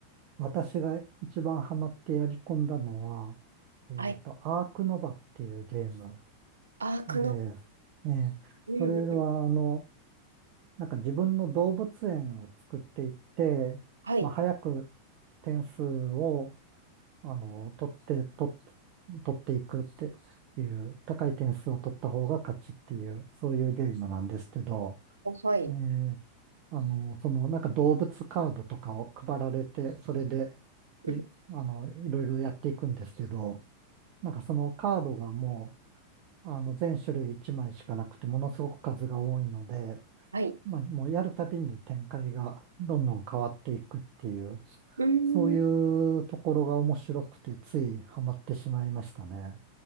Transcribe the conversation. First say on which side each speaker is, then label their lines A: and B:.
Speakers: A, on the right; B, on the right.
A: 私が一番ハマってやり込んだのは、えっと、
B: はい。
A: アークノバっていうゲーム
B: アークの、
A: で、ええそれは、
B: うんうんうん。
A: あの、なんか自分の動物園を作っていって、
B: はい。
A: まあ、早く点数を、あの、取って、取って、取っていくっていう、高い点数を取った方が勝ちっていう、そういうゲームなんですけど、
B: おはい。
A: ええあの、その、なんか動物カードとかを配られて、それで、
B: うん
A: い、あの、いろいろやっていくんですけど、なんかそのカードがもう、あの、全種類1枚しかなくて、ものすごく数が多いので、
B: はい。
A: まあ、もうやるたびに展開がどんどん変わっていくっていう、
B: うんん
A: そういうところが面白くて、ついハマってしまいましたね。